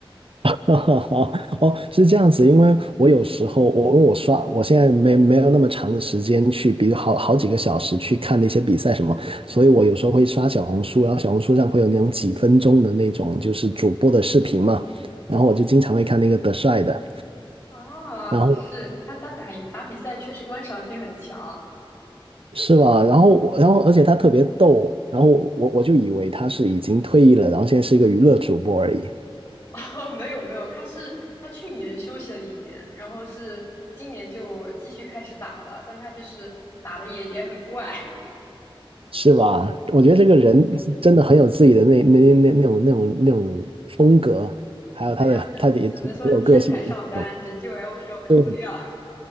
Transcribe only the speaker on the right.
<laughs> 哈好哦，是这样子，因为我有时候我因为我刷，我现在没没有那么长的时间去，比如好好几个小时去看那些比赛什么，所以我有时候会刷小红书，然后小红书上会有那种几分钟的那种就是主播的视频嘛，然后我就经常会看那个德帅的，
然后
是吧？然后我然后而且他特别逗，然后我我就以为他是已经退役了，然后现在是一个娱乐主播而已。
是吧？我觉得这个人真的很有自己的那那那那种那种那种风格，
还有他的他的也挺挺有个性的那种。
对，